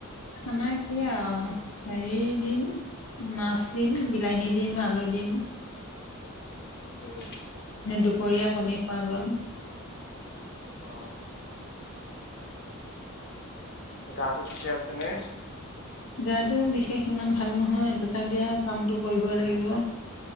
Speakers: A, on the left; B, on the left.
A: খানা কি আৰু হেৰি দিম। মাছ দিম বিলাহী দিম আলু দিম।
B: উম।
A: দুপৰীয়া কণী খোৱা গ'ল।
B: অ'। গাটো ঠিকে আছে নে?
A: গাতো বিশেষ ইমান ভাল নহয় তথাপিও কামটো কৰিবই লাগিব।